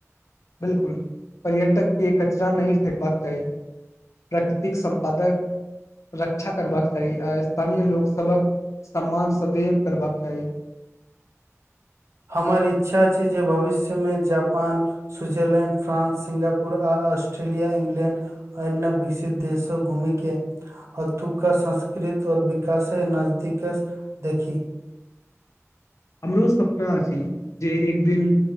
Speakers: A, on the left; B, on the right.
A: बिल्कुल पर्यटक केँ कचरा नै फेकबाक चाही प्राकृतिक सम्पादक रक्षा करबाका चाही आ स्थानीय लोक सबक सम्मान सदैव करबाक चाही
B: हमर इच्छा छै जे भविष्य में Japan Switzerland France Singapore Australia England अयनव विकसित देशो घुमै केँ हथुका संस्कृत और विकासे नजदीक स देखी
A: हमरो सपना आ छी जे एकदिन